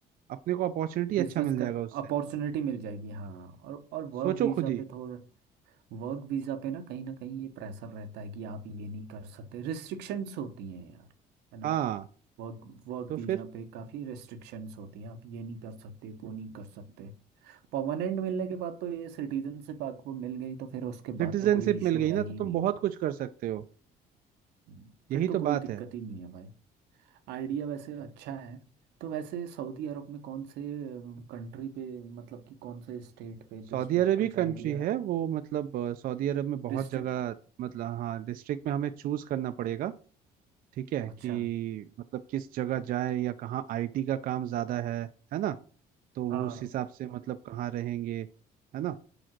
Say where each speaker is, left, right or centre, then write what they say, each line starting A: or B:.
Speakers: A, on the right; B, on the right.
A: अपने को अपॉर्चुनिटी
B: बिजनेस
A: अच्छा मिल जाएगा
B: कर
A: उससे
B: अपॉर्चुनिटी मिल जाएगी हाँ और और वर्क
A: सोचो
B: वीज़ा
A: खुद ही
B: पे थोड़ा वर्क वीज़ा पे ना कहीं ना कहीं ये प्रेशर रहता है कि आप ये नहीं कर सकते रिस्ट्रिक्शंस होती हैं यार है ना
A: हाँ
B: वर्क वर्क
A: तो
B: वीज़ा
A: फिर
B: पे काफ़ी रिस्ट्रिक्शंस होती हैं आप ये नहीं कर सकते वो नहीं कर सकते परमानेंट मिलने के बाद तो ये सिटीजनशिप आपको मिल गई तो फिर उसके
A: सिटीजनशिप
B: बाद तो कोई इशू
A: मिल गई
B: है
A: ना
B: ही
A: तो तुम
B: नहीं
A: बहुत
B: भाई
A: कुछ कर सकते हो
B: हम्म,
A: यही
B: फिर तो
A: तो
B: कोई
A: बात
B: दिक्कत
A: है
B: ही नहीं है भाई आइडिया वैसे अच्छा है तो वैसे सऊदी अरब में कौन से कंट्री पे मतलब कि कौन से स्टेट पे
A: सऊदी
B: डिस्ट्रिक्ट
A: अरब
B: कुछ
A: ही कंट्री
B: आइडिया
A: है
B: है
A: वो मतलब अ, सऊदी अरब में बहुत
B: डिस्ट्रिक्ट
A: जगह मतलब हाँ डिस्ट्रिक्ट में हमें चूज करना पड़ेगा ठीक है
B: अच्छा
A: कि मतलब किस जगह जाए या कहाँ आईटी का काम ज्यादा है है ना तो वो
B: हाँ
A: उस हिसाब से मतलब कहाँ रहेंगे है ना